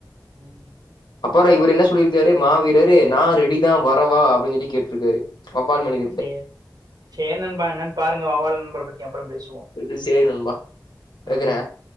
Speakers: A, on the right; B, on the left.
A: ம்
B: அப்பறோ இவுரு என்ன சொல்லிருக்காரு மா வீரரே நா ரெடிதா வரவா அப்டிஞ் சொல்லி கேட்ருக்காரு அப்பால் மணிதி
A: சேர் சேர் நண்பா என்னன் பாருங்க வவ்வால் நண்பர பத்தி அப்பற பேசுவோ
B: இது சேர் நண்பா
A: ம்
B: வைக்கிறே